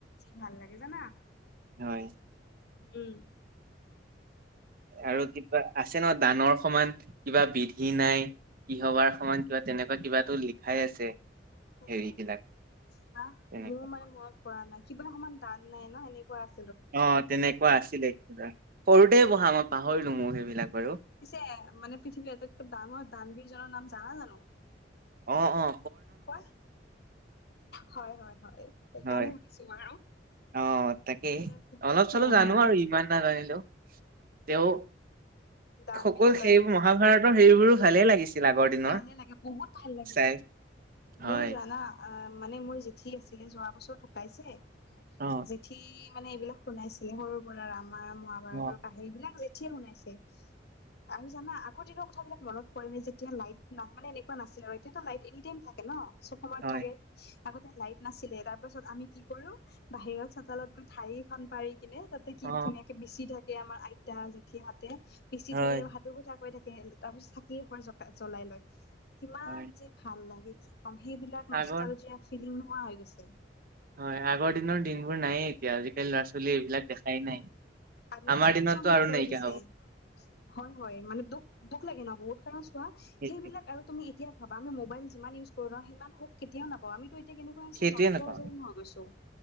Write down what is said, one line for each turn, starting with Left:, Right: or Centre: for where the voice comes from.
Left: ভাল লাগে জানা
Right: হয়
Left: উম
Right: আৰু কিবা আছে ন দানৰ সমান কিবা বিধি নাই কিহৰ বাৰ সময়ত কিবা তেনেকুৱা কিবাটো লিখাই আছে।
Left: উম,
Right: হেৰি বিলাক
Left: মোৰ
Right: তেনেকুৱা
Left: মানে মনত পৰা নাই। কিবা সমান দান নাই ন সেনেকুৱা আ
Right: অ তেনেকুৱা আছিলে কিবা, সৰুতে পঢ়া মই পাহৰিলো মোৰ সেইবিলাক বাৰু
Left: পিছে মানে পৃথিৱীৰ আটাইতকৈ ডাঙৰ দানবীৰজনৰ নাম জানা জানো?
Right: অঁ অঁ।
Left: কোৱা? হয় হয় হয় সেইকাৰণে
Right: হয়
Left: শুধিছো মইয়ো।
Right: অ তাকেই
Left: ছে
Right: অলপ
Left: হা
Right: চলপ জানো
Left: হা
Right: আৰু ইমান নাজানিলেও তেওঁ
Left: দান
Right: সকলো
Left: বিৰ কাৰণ
Right: সেইবোৰ মহাভাৰতৰ সেইবোৰো ভালেই লাগিছিল আগৰ দিনৰ
Left: থানে কে বহুত ভাল লাগে
Right: চাই হয়
Left: মোৰ জানা অ মানে মোৰ জেঠি হৈছিলে যোৱা বছৰ ঢুকাইছে।
Right: অ
Left: জেঠি মানে এইবিলাক শুনাইছিলে সৰু পৰা ৰামায়ণ মহাভাৰতৰ
Right: অ অ
Left: কাহিনী বিলাক জঠ ঠিয়ে শুনাইছে আৰু জানা আগৰ দিনৰ কথাবিলাক মনত পৰে নে যেতিয়া লাইট না মানে এনেকুৱা নাছিলে আৰু এতিয়াটো লাইট এনি টাইম থাকে। কে ন চব সময়ত
Right: হয়
Left: থাকে। আগতে লাইট নাছিলে তাৰ পাছত আমি কি কৰোঁ, বাহিৰত চোতালত গৈ ধাৰিএখন পাৰি কিনে তাতে কি
Right: অ
Left: ধুনীয়াকে বিচি থাকে আমাৰ আইতা, জেঠী হাতে বিচি
Right: হয়
Left: থাকে আৰু সাধু কথা কৈ থাকে তাৰ পিছত চাকি এগজ জ্বলাই লয়। কিমান
Right: হয়
Left: যে ভাল লাগে কি কম সেইবিলাক নষ্টালজিয়া
Right: আগৰ
Left: ফিলিং নোহোৱা হৈ গৈছে।
Right: হয় আগৰ দিনৰ দিনবোৰ নায়ে এতিয়া আজিকালি ল'ৰা ছোৱালী এইবিলাক দেখাই নাই
Left: আধুনিকতাই
Right: আমাৰ দিনততো
Left: চব শেষ
Right: আৰু
Left: কৰি
Right: নাইকিয়া
Left: দিছে।
Right: হব
Left: হয় হয় মানে দুখ দুখ লাগে ন বহুত কাৰণ চোৱা সেইবিলাক
Right: সেইটোৱে
Left: আৰু তুমি কেতিয়াবা আমি মোবাইল যিমান ইউজ কৰো সি সুখ কেতিয়াও নাপা অ আমিতো এতিয়া কেনেকুৱা হৈছে
Right: সেইটোৱে
Left: যন্ত্ৰ
Right: নাপাওঁ
Left: যেন হয় গৈছো।